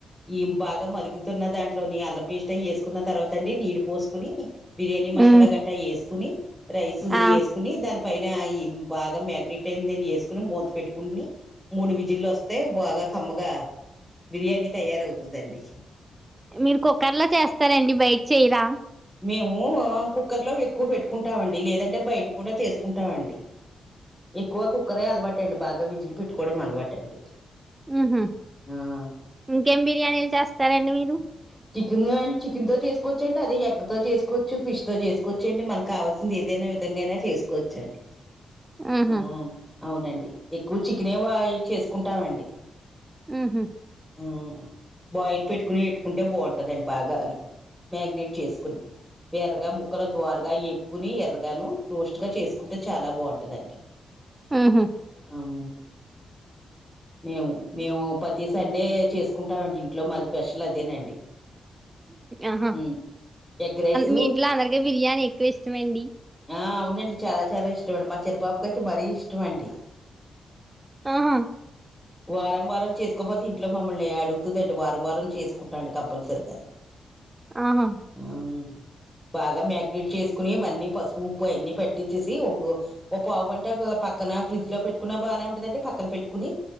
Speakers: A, in the centre; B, on the right (about 20°).
A: ఈ బాగా మరుగుతున్న దాంట్లోని అల్లం పేస్ట్ అయి వేసుకున్న తర్వాత అండి నీళ్ళు పోస్ కొని బిర్యానీ మషాలా
B: ఉమ్
A: గట్ట ఏసుకోని రైస్
B: ఆ
A: ఏసుకుని దాని పైన ఈ బాగా మ్యాగ్నెట్ ట్టెందని వేసుకుని మూత పెట్టుకుని మూడు విజిలు వస్తే బాగా కమ్మగా బిర్యానీ తయారవుతుందండి
B: మీరు కుక్కర్లో చేస్తారండి బయట చెయరా
A: మేము కు క్కర్లో ఎక్కువ పెట్టుకుంటామండ్ లేదంటే బయట కూడా చేసుకుంటామండి ఎక్కువ కుక్కరే అలవాటు అండి బాగా గా విజులు పెట్టుకోవడం అలవాటు అండి
B: ఊహూ
A: ఆ
B: ఇంకేం బిర్యానీలు చేస్తారండి మీరు
A: చికెన్ చికెన్ తో చేసుకోవచ్చండి అదే ఎగ్ తో చేసుకోవచ్చు ఫిష్ తో చేసుకోవచ్చు అండి మనకు కావాల్సింది ఏదైనా విధంగా అయినా చేసుకోవచ్చండి
B: ఆహా
A: ఆ అవునండి ఎక్కువ చికనే వా చేసుకుంటామండి
B: ఊహు
A: హ్మ్ బాయిల్ పెట్టుకుని పెట్టుకుంటే బాగుంటుందండి బాగాను మ్యారినేట్ చేసుకుని ఎర్రగా ముక్కల దోరగా ఏపుకుని ఎర్రగాను రోస్ట్గా చేసుకుంటే చాలా బావుంటదండి
B: ఉహు
A: అవు మేము మేము పతీ సండే చేసుకుంటామండి ఇంట్లో మాది స్పెషల్ అదేనండి
B: ఆహా
A: ఉమ్, ఎగ్ రైస్
B: మీ ఇంట్లో అందరికి బిర్యానీ ఎక్కువ ఇష్టమండి
A: ఆ అవునండి చాలా చాలా ఇష్టమండి మా చిన్ పాప కై త్ మరీ ఇష్టమండి
B: ఆహా
A: వారం వారం చేసుకపోతే ఇంట్లో మ్మమ్ మళ్ళీ అడుగుతుదండి వారం వారం చేసు నుకుంటాం అండి తప్పనిసరిగా
B: ఆహా
A: హ్మ్ బాగా మ్యాగ్నేట్ చేసి కుని ఇవన్నీ పసుపు ఉప్పు అవన్నీ పట్టించేసి ఓ పావుగంట పక్కన ఫ్రిడ్జ్ లో పెట్టుకున్న బానే ఉంటదండి పక్కన పెట్టుకుని